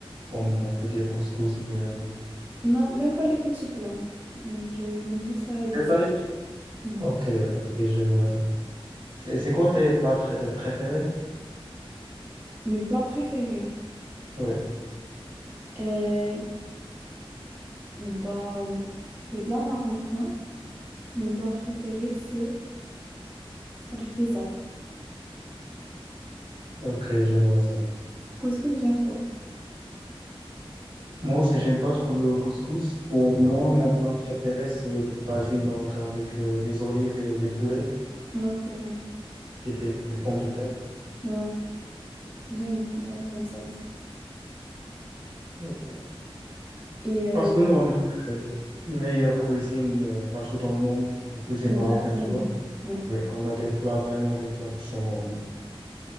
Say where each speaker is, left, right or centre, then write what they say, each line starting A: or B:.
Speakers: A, on the right (about 60°); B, on the right (about 20°).
A: comme on peut dire couscous ou bien...
B: Non, même pas les petits plats. Je- j'aime plus faire les desserts.
A: Mais t'as les petits.
B: Non.
A: Ok, ok, je vois ça. C'est c'est quoi tes plats pr- euh, préférés?
B: Mes plats préférés.
A: Ouais,
B: Euh, bah, les plats marocains, mon plat préféré, c'est rfissa.
A: ok, je vois ça.
B: Couscous, j'aime pas.
A: Moi aussi, j'aime pas trop le couscous. Pour moi, mon plat préféré, c'est le tagine marocain avec euh, les olives et les poulets
B: Ok, oui.
A: et des, des pommes de terre.
B: Ouais, j'aime, bien. ouais, j'aime ça aussi.
A: Ok.
B: Et euh,
A: Parce que nous, on a la meilleure cuisine euh, partout dans le monde, la cuisine
B: exactement.
A: marocaine, tu vois.
B: Oui,
A: Oui, on a des plats, vraiment des plats qui sont,